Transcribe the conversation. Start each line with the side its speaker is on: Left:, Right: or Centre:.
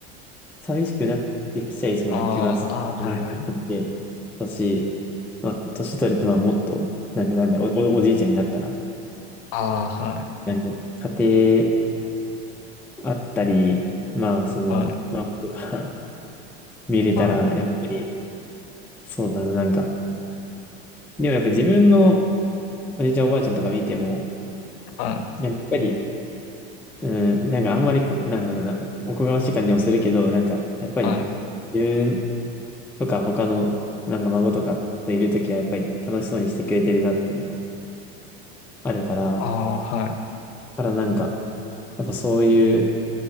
Centre: 寂しくなってきちゃいそうな気はするなって思って、
Left: あーあー、はいはい
Centre: 年、まあ、年取ると、まあ、もっと、なんか、なんだ、お、お、おじいちゃんになったら、
Left: ああ、はい、
Centre: なんか、家庭あったり、まあ、その、
Left: はい、
Centre: まあ、とか <laughs> 見れたら、
Left: はい、
Centre: やっぱり、そうだな、なんか、でもやっぱ自分のおじいちゃん、おばあちゃんとか見ても、
Left: はい、
Centre: やっぱり、うん、なんかあんまりこ、なんだろうな、おこがましい感じもするけど、なんか、やっぱり、
Left: はい、
Centre: 自分とか他の、なんか孫とかといるときは、やっぱり楽しそうにしてくれてるなっていうのがあるから、
Left: ああ、はい、
Centre: からなんか、やっぱそういう